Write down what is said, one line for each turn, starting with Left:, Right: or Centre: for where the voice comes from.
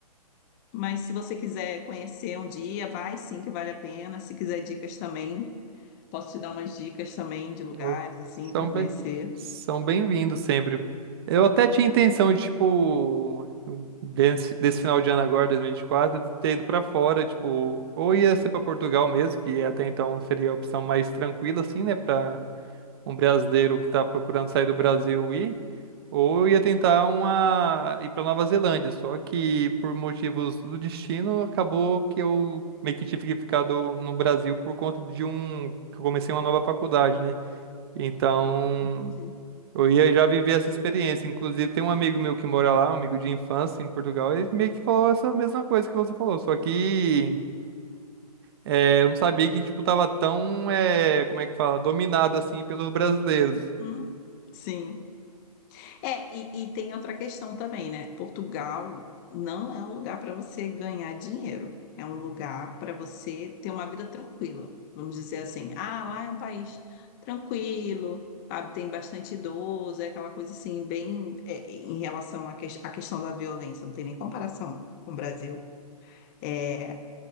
Left: Mas se você quiser conhecer um dia, vai sim que vale a pena. Se quiser dicas também, posso te dar umas dicas também de lugares
Right: Ou-
Left: assim
Right: São
Left: para
Right: bem,
Left: conhecer.
Right: são bem-vindos sempre. Eu até tinha intenção de, tipo, desse, desse final de ano agora, dois mil e e vinte e quatro de ter ido pra fora, tipo, ou ia ser pra Portugal mesmo, que até então seria a opção mais tranquila, assim, né, pra um brasileiro que tá procurando sair do Brasil ir, ou ia tentar uma, ir pra Nova Zelândia, só que por motivos do destino, acabou que eu meio que tive que ficar do- no Brasil por conta de um, que eu comecei uma nova faculdade, né? Então,
Left: Entendi.
Right: eu ia já viver essa experiência. Inclusive, tem um amigo meu que mora lá, um amigo de infância em Portugal, ele meio que falou essa mesma coisa que você falou, só que é, eu não sabia que, tipo, tava tão, é, como é que fala, dominado, assim, pelos brasileiros.
Left: Uhum. Sim. É, e, e tem outra questão também, né? Portugal não é um lugar para você ganhar dinheiro. É um lugar para você ter uma vida tranquila. Vamos dizer assim, ah, lá é um país tranquilo, sabe? Tem bastante idoso, é aquela coisa assim, bem, é, em relação à, que, à questão da violência, não tem nem comparação com o Brasil. É,